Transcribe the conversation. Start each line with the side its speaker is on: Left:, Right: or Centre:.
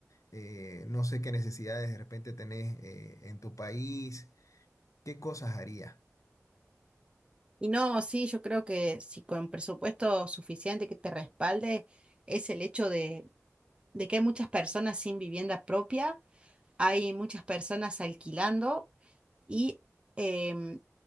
Left: Eh, no sé qué necesidades de repente tenés eh, en tu país. ¿Qué cosas harías?
Right: Y no, sí, yo creo que si con presupuesto suficiente que te respalde es el hecho de, de que hay muchas personas sin vivienda propia, hay muchas personas alquilando y em,